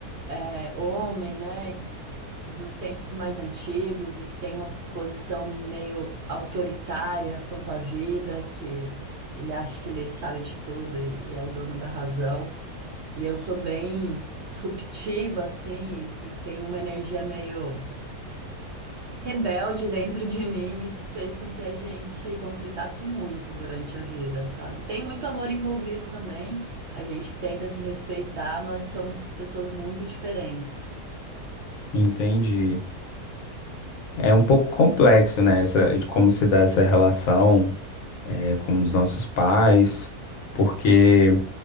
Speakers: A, on the right; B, on the left.
A: é, homem, né? Dos tempos mais antigos e que tem uma posição meio autoritária quanto à vida, que ele acha que ele sabe de tudo e, e é o dono da razão. E eu sou bem disruptiva, assim, e, e tenho uma energia meio rebelde dentro de mim, isso fez com que a gente conflitasse muito durante a vida, sabe? Tem muito amor envolvido também, a gente tenta se respeitar, mas somos pessoas muito diferentes.
B: Entendi. É um pouco complexo, né? Essa, de como se dá essa relação é, com os nossos pais, porque